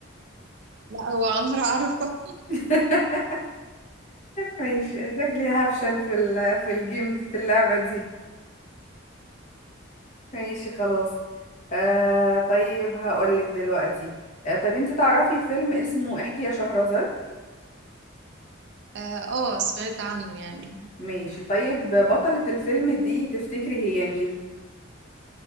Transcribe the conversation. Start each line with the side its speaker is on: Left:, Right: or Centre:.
Right: لا هو عمرو عرفة
Left: <laughs> ماشي شكلي هفشل في ال- في الجيم دي- في اللعبه دي ماشي خلاص أه طيب هقول لك دلوقتي أه طيب انت تعرفي فيلم اسمه احكي يا شهرزاد
Right: اه آه، سمعت عنه يعني
Left: ماشي طيب بطلة الفيلم دي تفتكري هي مين